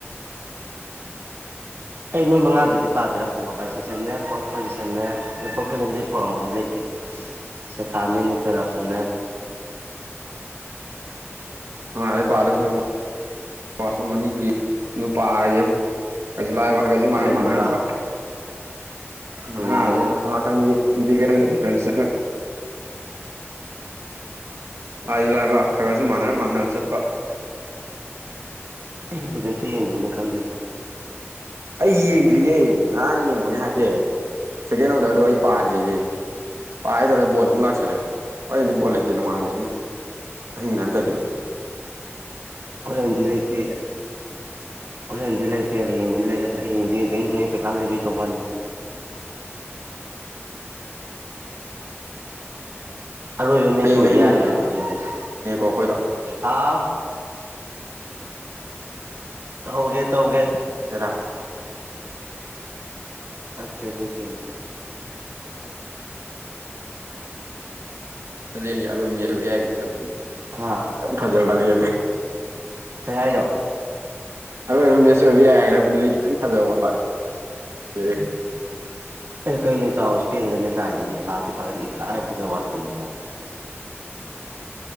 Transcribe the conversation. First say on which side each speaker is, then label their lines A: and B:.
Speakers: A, on the right (about 50°); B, on the right (about 75°).
A: ꯑꯩ ꯃꯣꯏ ꯃꯉꯥꯗꯨꯗꯤ ꯄꯥꯖꯤꯔꯥ ꯇꯧꯕꯣ ꯚꯥꯏ ꯁꯦꯛꯁꯟꯅꯦ ꯐꯣꯔꯁ ꯄꯣꯖꯤꯁꯟꯅ ꯑꯗꯨ ꯐꯣꯔ ꯄꯣꯖꯤꯁꯟ ꯑꯩ ꯄꯥꯝꯕꯗꯤ ꯂꯩꯇꯦ
B: <inaudible>
A: ꯁꯦꯀꯥꯟꯅꯦ ꯅꯨꯏꯇꯔꯞ ꯁꯟꯅꯦ
B: ꯃꯉꯥꯂꯣꯏ ꯄꯥꯗꯣꯏ ꯁꯔꯨꯛ ꯄꯥ ꯁꯣꯝ ꯑꯅꯤꯒꯤ ꯅꯨ ꯄꯥꯔꯒꯦꯕꯣ ꯈꯖꯨꯂꯥꯏꯕ ꯈꯒꯁꯨ ꯃꯅꯔꯞ
A: ꯀꯔꯤ
B: ꯃꯅꯔꯞꯄ
A: ꯃꯉꯥ
B: ꯃꯉꯥꯔꯦ
A: ꯎꯝ
B: ꯑꯁꯣꯝ ꯅꯥꯀꯟꯒꯤ ꯏꯟꯇꯤꯒꯔ꯭ꯦꯜ ꯐ <unintelligible> ꯂꯥꯏꯖꯨ ꯂꯥꯏꯕ ꯈꯒꯁꯨ ꯃꯥꯟꯅꯔꯞ ꯃꯥꯟꯅꯔꯞ ꯆꯠꯄ
A: ꯑꯩꯕꯨꯗꯤ ꯑꯝꯇ ꯌꯦꯡꯗꯕꯅꯤꯅ ꯈꯪꯗꯦꯗꯥ
B: ꯑꯩ ꯌꯦꯡꯗ꯭ꯔꯤꯌꯦ ꯉꯔꯥꯡ ꯌꯦꯡꯕꯅꯦ ꯍꯥꯏꯐꯦꯠ ꯁꯦꯀꯦꯟ ꯑꯣꯔꯗꯔꯗꯣ ꯑꯩ ꯄꯥꯗ꯭ꯔꯤꯌꯦ ꯄꯥꯒꯦ ꯇꯧꯔ ꯕꯣꯟ ꯑꯃꯨꯛ ꯂꯥꯛꯁꯜꯂꯛꯑꯦ ꯍꯣꯔꯦꯟꯗꯤ ꯕꯣꯜ ꯂꯩꯇꯦ ꯅꯨꯡꯉꯥꯏꯔꯦ ꯑꯗꯨꯗꯤ ꯑꯍꯤꯡꯗ ꯅꯠꯇꯔꯗꯤ
A: ꯍꯣꯔꯦꯟꯗꯤ ꯂꯩꯇꯦ ꯍꯣꯔꯦꯟꯗꯤ ꯂꯩꯇꯦ ꯍꯌꯦꯡꯗꯤ ꯂꯩ ꯑꯩ ꯌꯦꯡꯖꯤ ꯌꯦꯡꯗꯤ ꯌꯦꯡꯅꯤꯡꯉꯦ ꯄꯩꯈꯥ ꯂꯩꯕꯩ ꯇꯧꯕꯥꯋꯥꯅꯤ ꯑꯔꯣꯏꯕ ꯃꯦꯠꯆ
B: ꯍꯌꯦꯡ
A: ꯑꯣꯏꯕ
B: ꯑꯍꯤꯡꯅꯤꯅꯦꯀꯣ
A: ꯌꯥꯔꯤꯅꯦ ꯍꯥꯏꯕ ꯍꯌꯦꯡꯁꯦ
B: ꯑꯩꯈꯣꯏꯗꯣ
A: ꯍꯥꯎ ꯍꯧꯒꯦ ꯇꯧꯒꯦ
B: ꯗꯥ
A: ꯅꯠꯇꯦ ꯑꯈꯣꯏ ꯆꯦꯅꯤꯠꯇ
B: ꯍꯗꯦꯟꯒꯤ ꯑꯔꯣꯏ ꯃꯦꯠ ꯑꯔꯣꯏꯕ ꯌꯥꯏ ꯀꯥꯏ ꯈꯥꯏꯁꯤꯜꯂꯛꯄꯗꯨꯗꯤ
A: ꯍꯥ
B: ꯌꯥꯝ ꯐꯖꯕ ꯋꯥꯠꯂꯤ
A: ꯀꯩ ꯍꯥꯏꯅꯣ
B: ꯑꯔꯣꯏꯕ ꯃꯦꯆꯁ ꯑꯣꯏꯕ ꯍꯥꯏꯔꯞ ꯗꯨꯗꯤ ꯈꯤꯇꯪ ꯐꯖꯕ ꯋꯥꯠ ꯂꯤ
A: ꯑꯦ ꯀꯩꯅꯣ ꯏꯇꯥꯎꯑꯣ ꯏꯁꯄꯦꯟꯅꯅꯤ ꯇꯥꯏ ꯍꯥꯏꯁꯦ ꯁꯤ ꯄꯥꯠꯇꯦ ꯄꯥꯈꯠ ꯀꯥꯏ ꯐꯖꯕ ꯋꯥꯠꯄ ꯅꯣ ꯏꯇꯥꯎ